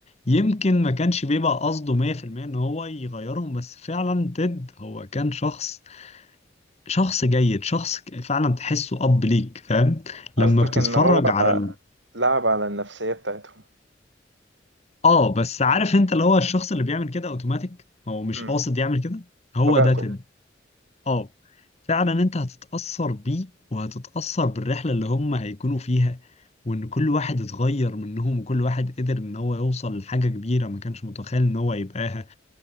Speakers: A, on the left; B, on the right.
A: يمكن ما كانش بيبقى قصده 100% ان هو يغيرهم بس فعلا تيد هو كان شخص شخص جيد شخص ك- فعلا تحسه اب ليك فاهم
B: قصدك
A: لما بتتفرج
B: ان هو
A: على ال...
B: لعب على النفسية بتاعتهم
A: اه بس عارف انت اللي هو الشخص اللي بيعمل كده اوتوماتيك هو مش
B: مم.
A: قاصد يعمل كده هو
B: طبيعته
A: ده تيد اه فعلا انت هتتأثر بيه وهتتأثر بالرحلة اللي هم هيكونوا فيها وان كل واحد اتغير منهم وكل واحد قدر ان هو يوصل لحاجة كبيرة ما كانش متخيل ان هو يبقاها